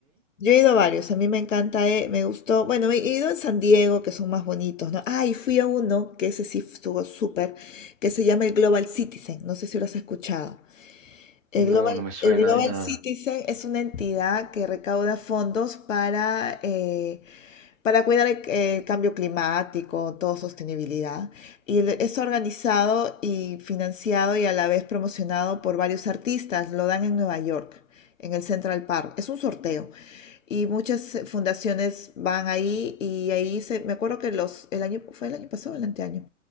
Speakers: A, on the left; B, on the right.
A: Yo he ido a varios, a mí me encanta, eh, me gustó. Bueno, he ido en San Diego, que son más bonitos, ¿no? Ah, y fui a uno, que ese sí estuvo súper, que se llama el Global Citizen, no sé si lo has escuchado. El
B: No,
A: Global,
B: no me suena
A: el Global
B: de nada.
A: Citizen es una entidad que recauda fondos para eh, para cuidar el, eh, cambio climático, todo sostenibilidad. Y el- es organizado y financiado y a la vez promocionado por varios artistas. Lo dan en Nueva York, en el Central Park. Es un sorteo. Y muchas eh, fundaciones van ahí y ahí se, me acuerdo que los, el año, fue el año pasado, el anteaño,